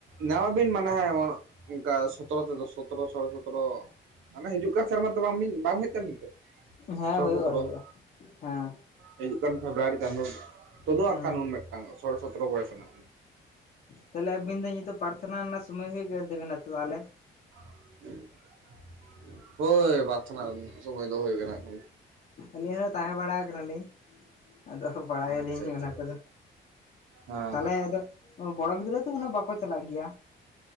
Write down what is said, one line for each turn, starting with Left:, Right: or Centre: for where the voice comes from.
Right: ᱱᱟᱣᱟ ᱵᱤᱱ ᱢᱟᱱᱮ ᱚᱱᱠᱟ ᱥᱚᱛᱮᱨᱚ ᱛᱮ ᱫᱚ᱾ ᱥᱚᱛᱮᱨᱚ ᱥᱲᱮ ᱥᱚᱛᱨᱚ ᱢᱟᱱᱮ ᱦᱤᱡᱩᱜ ᱠᱟᱱ ᱥᱮᱨᱢᱟ ᱛᱮ ᱵᱟᱝ ᱵᱤᱱ ᱵᱟᱝ ᱦᱩᱭᱩᱜ ᱛᱟᱵᱤᱱ ᱛᱮ?
Left: ᱦᱮᱸ
Right: ᱥᱳᱲᱮ
Left: ᱦᱩᱭᱩᱜᱼᱟ
Right: ᱥᱚᱛᱨᱚ
Left: ᱦᱩᱭᱩᱜᱼᱟ ᱦᱮᱸ᱾
Right: ᱦᱤᱡᱩᱜ ᱠᱟᱱ ᱯᱷᱮᱵᱽᱨᱩᱣᱟᱨᱤ ᱪᱟᱸᱫᱚ ᱛᱩᱫᱩ
Left: ᱦᱩᱸ
Right: ᱟᱜ ᱠᱷᱟᱱ ᱩᱱ ᱢᱤᱫᱴᱟᱝ ᱥᱚ ᱥᱚᱛᱮᱨᱚ ᱵᱚᱭᱚᱥ ᱦᱱᱟᱜ᱾
Left: ᱛᱟᱦᱚᱞᱮ ᱟᱹᱵᱤᱱ ᱫᱚ ᱱᱤᱛᱚᱜ ᱯᱟᱨᱷᱚᱱᱟ ᱨᱮᱱᱟᱜ ᱥᱳᱚᱢᱚᱭ ᱦᱩᱭ ᱠᱟᱱᱟᱱ ᱛᱟᱹᱵᱤᱱᱟ ᱛᱚ ᱛᱟᱦᱚᱞᱮ᱾
Right: <unintelligible> ᱦᱳᱭ ᱵᱟᱨᱛᱚᱱᱟ ᱥᱚᱢᱚᱭ ᱫᱚ ᱦᱩᱭ ᱠᱟᱱᱟ ᱮᱠᱷᱚ᱾
Left: ᱟᱹᱞᱤᱧ ᱦᱚᱸ ᱛᱟᱦᱮᱸ ᱵᱟᱲᱟ ᱠᱟᱱᱟ ᱞᱤᱧ᱾ ᱟᱫᱚ ᱵᱟᱲᱟᱭᱟ
Right: ᱟᱪᱪᱷᱟ
Left: ᱞᱤᱧ
Right: ᱟᱪᱪᱷᱟ
Left: ᱚᱱᱟ ᱠᱚᱫᱚ
Right: ᱦᱮᱸ
Left: ᱛᱟᱦᱚᱞᱮ
Right: ᱦᱮᱸ
Left: ᱟᱫᱚ᱾ ᱵᱚᱲᱚ ᱜᱤᱫᱽᱨᱟᱹ ᱛᱚ ᱩᱱᱟᱜ ᱵᱟᱠᱚ ᱪᱟᱞᱟᱜ ᱜᱮᱭᱟ᱾